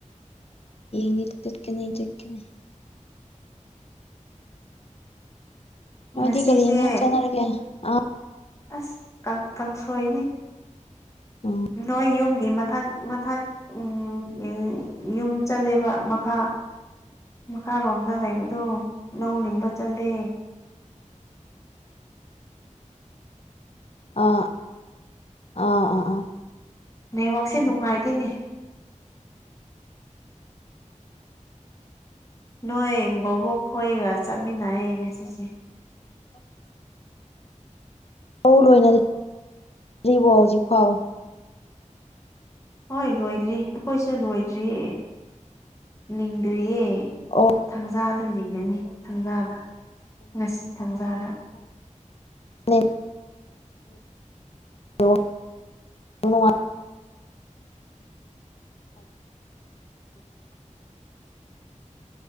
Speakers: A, on the left; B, on the left.
A: ꯌꯦꯡꯗꯤ ꯆꯠꯀꯅꯤ ꯆꯠꯀꯅꯤ ꯅꯣꯏꯗꯤ
B: ꯉꯁꯤꯁꯦ
A: ꯀꯔꯤ ꯌꯦꯟꯁꯥꯡ ꯆꯥꯟꯅꯔꯒꯦ ꯑꯥ
B: ꯑꯁ ꯀꯪ ꯀꯪꯁꯣꯏꯅꯦ
A: ꯎꯝ
B: ꯅꯣꯏ ꯌꯨꯝꯒꯤ ꯃꯊꯛ ꯃꯊꯛ ꯎꯝ ꯎꯝ ꯌꯨꯝ ꯆꯠꯂꯦꯕ ꯃꯈꯥ ꯃꯈꯥꯔꯣꯝꯗ ꯂꯩꯕꯗꯨ ꯂꯧ ꯂꯤꯡꯕ ꯆꯠꯂꯦ
A: ꯑꯥ ꯑꯥ ꯑꯥ ꯑꯥ
B: ꯅꯦꯠꯋꯥꯛꯁꯦ ꯅꯨꯡꯉꯥꯏꯇꯦꯅꯦ ꯅꯣꯏ ꯕꯣꯕꯣꯛ ꯈꯣꯏꯒ ꯆꯠꯃꯤꯟꯅꯩꯌꯦ ꯉꯁꯤꯁꯦ
A: ꯂꯧ ꯂꯣꯏꯅ ꯗ꯭ꯔꯤꯕꯣ ꯍꯧꯖꯤꯛ ꯐꯥꯎ꯫
B: ꯍꯣꯏ ꯂꯣꯏꯗ꯭ꯔꯤ ꯑꯩꯈꯣꯏꯁꯨ ꯂꯣꯏꯗ꯭ꯔꯤꯌꯦ ꯂꯤꯡꯗ꯭ꯔꯤꯌꯦ꯫
A: ꯑꯣ
B: ꯊꯥꯡꯖꯥꯗ ꯂꯤꯡꯒꯅꯤ ꯊꯥꯡꯖꯥꯗ ꯉꯁꯤ ꯊꯥꯡꯖꯥꯗ꯫
A: <unintelligible> ꯅꯦꯠꯋꯥꯛ ꯅꯨꯡꯉꯥꯏ
B: <inaudible>